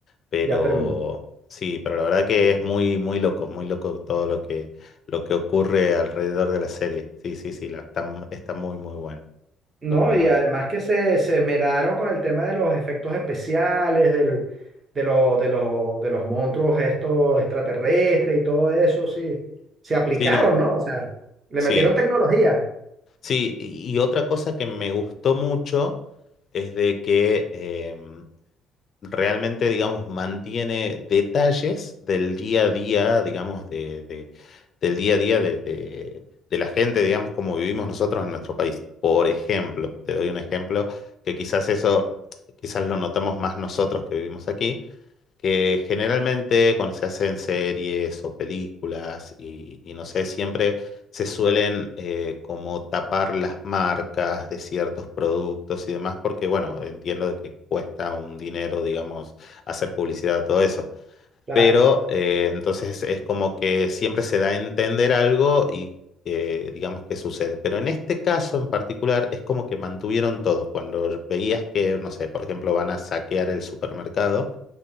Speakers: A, on the left; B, on the right.
A: pero
B: Ya terminó.
A: sí, pero la verdad que es muy, muy loco, muy loco todo lo que, lo que ocurre alrededor de la serie. Sí, sí, sí, la, está, m- está muy, muy buena,
B: No,
A: está muy buena.
B: y además que se, se esmeraron con el tema de los efectos especiales, del, de, lo- de, los de los monstruos estos extraterrestres y todo eso, sí. Se aplicaron,
A: Sí, no,
B: ¿no? O sea, le
A: sí,
B: metieron tecnología.
A: sí, y, y otra cosa que me gustó mucho es de que, em, realmente, digamos, mantiene detalles del día a día, digamos, de, de- del día a día de, de- de la gente, digamos, como vivimos nosotros en nuestro país. Por ejemplo, te doy un ejemplo que quizás eso, quizás lo notamos más nosotros que vivimos aquí que generalmente cuando se hacen series o películas y, y no sé, siempre se suelen eh, como tapar las marcas de ciertos productos y demás, porque bueno, entiendo de que cuesta un dinero, digamos, hacer publicidad, todo eso.
B: Claro,
A: Pero eh, entonces es como que siempre se da a entender algo y eh, digamos que sucede. Pero en este caso en particular es como que mantuvieron todo. Cuando veías que, no sé, por ejemplo, van a saquear el supermercado.